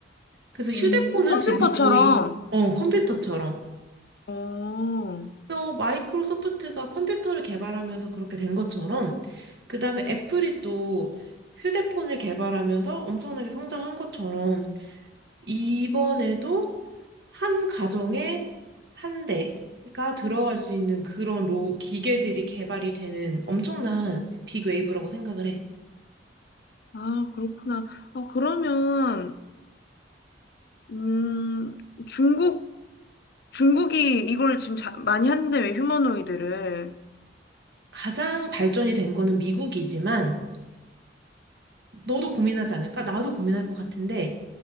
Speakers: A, on the right; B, on the left.
A: 그래서 휴대폰은
B: 음, 컴퓨터처럼.
A: 지금 거의 어, 컴퓨터처럼
B: 어.
A: 또 마이크로소프트가 컴퓨터를 개발하면서 그렇게 된 것처럼 그 다음에 애플이 또 휴대폰을 개발하면서 엄청나게 성장한 것처럼 이번에도 한 가정에 한 대가 들어갈 수 있는 그런 로, 기계들이 개발이 되는 엄청난 빅웨이브라고 생각을 해.
B: 아, 그렇구나. 아, 그러면, 음, 중국, 중국이 이걸 지금 자- 많이 하는데 왜 휴머노이드를.
A: 가장 발전이 된 거는 미국이지만 너도 고민하지 않을까? 나도 고민할 것 같은데